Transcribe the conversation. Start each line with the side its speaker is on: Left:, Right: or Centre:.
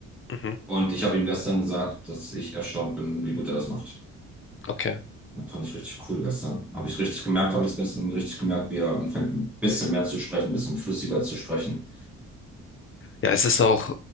Left: Mhm.
Centre: Und ich habe ihm gestern gesagt, dass ich erstaunt bin, wie gut er das macht.
Left: Okay.
Centre: Das fand ich richtig cool gestern. Habe ich richtig gemerkt, habe ich gestern richtig gemerkt, wie er anfängt, ein bisschen mehr zu sprechen, ein bisschen flüssiger zu sprechen.
Left: Ja, es ist auch